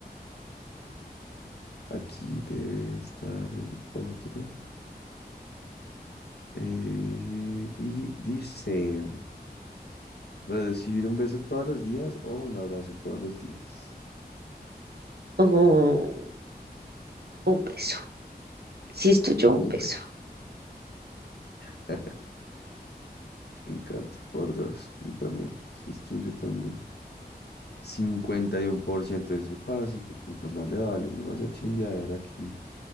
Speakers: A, on the left (about 80°); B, on the right (about 75°).
A: Aquí debe estar el otro. Eh, y dice... Recibir un beso todos los días o un abrazo todos los días.
B: Ujú, un beso. Si es tuyo, un
A: Un
B: beso.
A: beso. <laughs> Me encanta. Por dos. Yo también. Si es tuyo también. cincuenta y uno por ciento de ese fácil, pues puta más le vale. No vas a chimbear aquí.